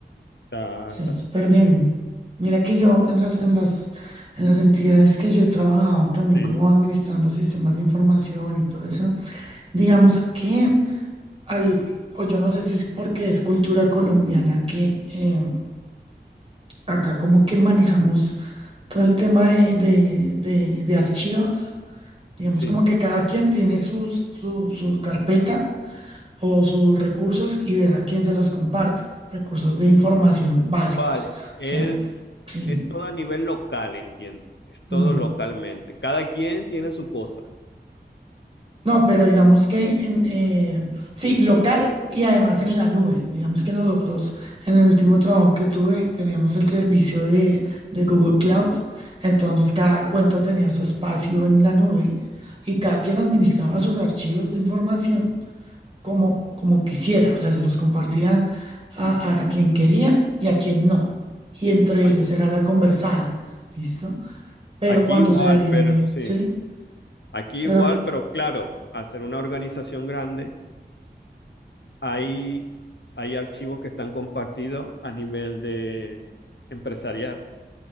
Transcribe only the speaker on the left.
está,
está
súper
bien.
Sí,
ujú,
sí.
Vale,
es,
es todo a nivel local, entiendo. Es todo
localmente. Cada quien tiene su cosa.
Vale.
A-
Aquí
igual,
pero sí.
Aquí
igual, pero claro, al ser una organización grande, hay, hay archivos que están compartidos a nivel de empresarial.